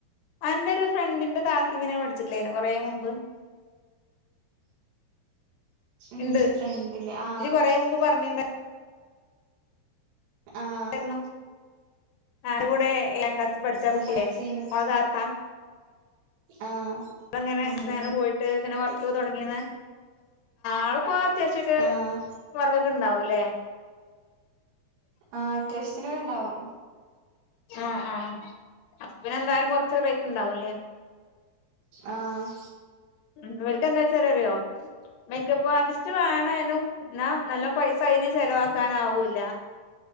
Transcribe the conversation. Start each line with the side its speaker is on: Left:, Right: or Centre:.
Left: അന്റെ ഒരു ഫ്രണ്ടിന്റെ താത്ത് ഇങ്ങനെ പഠിച്ചിട്ടില്ലായിനോ കൊറേ മുമ്പ്
Right: ഇന്റെ
Left: ഇണ്ട്
Right: ഫ്രണ്ടിന്റെ ആഹ്
Left: ഇജ്ജ് കൊറേ മുമ്പ് പറഞ്ഞിണ്ടാ
Right: ആഹ്
Left: രുന്നു ആരെ കൂടേ ഏഴാം ക്ലാസിൽ പഠച്ചാ
Right: ഉം
Left: കുട്ടിയേ
Right: പഠിച്ചീനു
Left: ഓളെ താത്ത
Right: ആഹ്
Left: ഓള്ങ്ങനെ
Right: ഉം
Left: <unintelligible>
Right: ഉം
Left: പോയിട്ട് ഇങ്ങനെ വർ <unintelligible> തൊടങ്ങിയെന്ന്ആഹ് ആളിപ്പോ അത്യാവശ്യൊക്കെ
Right: ആഹ്
Left: വർക്കൊ ക്കെണ്ടാവൂല്ലേ
Right: ആഹ് അത്യാവശ്യത്തിന് ഇണ്ടാവും
Left: ആഹ് ആഹ് പിന്നെ എന്തായാലും കൊറച്ച് റേറ്റ് ഉണ്ടാവുല്ലേ
Right: ആഹ്
Left: മ്മ് ഇവൽക്ക് എന്താ വെച്ചാല് അറിയോ മേക്കപ്പ് ആർട്ടിസ്റ്റ് വേണാനും എന്നാ നല്ല പൈസ അയ്ന് ചെലവാക്കാന് ആവൂല്ല